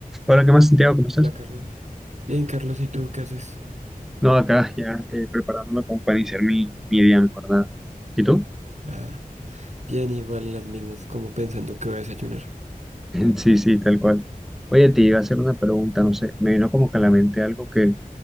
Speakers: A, in the centre; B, on the right.
A: Hola, ¿qué más, Santiago? ¿Cómo estás?
B: Hola Carlos. Bien, Carlos, ¿y tú qué haces?
A: No, acá ya eh, preparándome como para iniciar mi, mi día, mi jornada. ¿Y tú?
B: Ah, bien, igual en las mismas, como pensando que voy a desayunar.
A: <laughs> Sí, sí, tal cual. Oye, te iba a hacer una pregunta, no sé, me vino como que a la mente algo que,